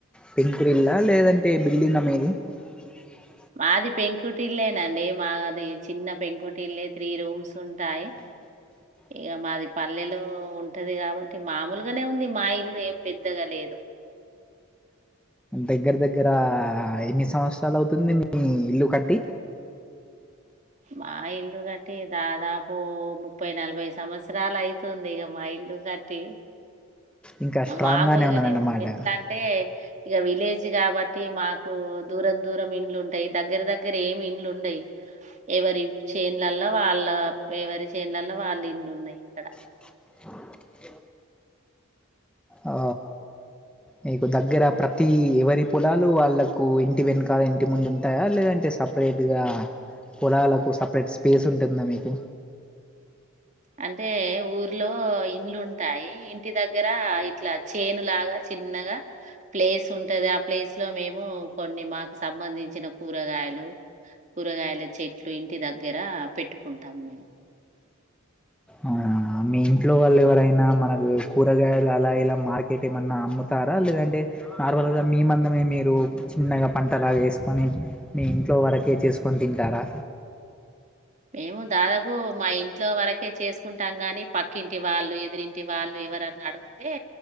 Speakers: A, in the centre; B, on the right.
A: పెంకుట ఇళ్ల లేదంటే బిల్డింగ్ గా మీది టీవీ సౌండ్
B: మాది పెంకుటిలేనండి మాది చిన్న పెంకుటిలే త్రీ రూమ్స్ ఉంటాయి
A: టీవీ సౌండ్
B: ఇక మాది పల్లెలో ఉంటది కాబట్టి మామూలుగానే ఉంది మా ఇల్లు ఏం పెద్దగా లేదు
A: దగ్గర దగ్గర ఎన్ని సంవత్సరాలు అవుతుంది మీ ఇల్లు కట్టి
B: మా ఇల్లు కట్టి దాదాపు ముప్పై నలభై సంవత్సరాలు అయితుంది ఇక మా ఇల్లు ఇల్లు కట్టి
A: ఇంకా స్ట్రాంగ్
B: మామూలుగానే
A: గానే ఉన్నదన్నమాట
B: ఉంది ఎట్లా అంటే ఇక విలేజ్ కాబట్టి మాకు దూరం దూరం ఇండ్లు ఉంటాయి దగ్గర దగ్గర ఏమి ఇండ్లు ఉండయి ఎవరి చేనులలో వాళ్ళ ఎవరి చేనులల్లో వాళ్ళ ఇండ్లు ఉన్నాయి ఇక్కడ
A: కుచ్చి సౌండ్ ఓ మీకు దగ్గర ప్రతి ఎవరి పొలాలు వాళ్ళలకు ఇంటి వెనకాల ఇంటి ముందు ఉంటాయా లేదంటే సపరేట్గా పొలాలకు సపరేట్గా స్పేస్ ఉంటుందా మీకు
B: అంటే ఊర్లో ఇండ్లు ఉంటాయి ఇంటి దగ్గర ఇట్లా చేను లాగా చిన్నగా ప్లేస్ ఉంటది ఆ ప్లేస్ లో మేము కొన్ని మాకు సంబంధించిన కూరగాయలు కూరగాయల చెట్లు ఇంటి దగ్గర పెట్టుకుంటాం మేము
A: ఆ మీ ఇంట్లో వాళ్ళు ఎవరైనా మనకు కూరగాయలు అలా ఇలా మార్కెట్ ఏమన్నా అమ్ముతార లేదంటే నార్మల్ గా మీ మందమే మీరు చిన్నగా పంటలా వేసుకొని మీ ఇంట్లో ఇంట్లో వరకే చేసుకొని తింటారా
B: మేము దాదాపు మా ఇంట్లో వరకే చేసుకుంటాం గాని పక్కింటి వాళ్ళు ఎదిరింటి వాళ్ళు ఎవరన్నా ఆడుగుతే